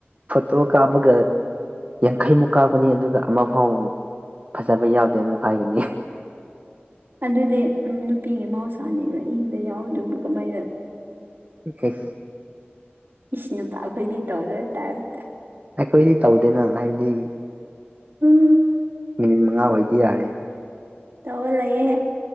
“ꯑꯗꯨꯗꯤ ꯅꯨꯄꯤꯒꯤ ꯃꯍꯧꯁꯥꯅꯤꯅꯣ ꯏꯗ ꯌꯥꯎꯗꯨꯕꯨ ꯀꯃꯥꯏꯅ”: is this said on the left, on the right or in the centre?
Right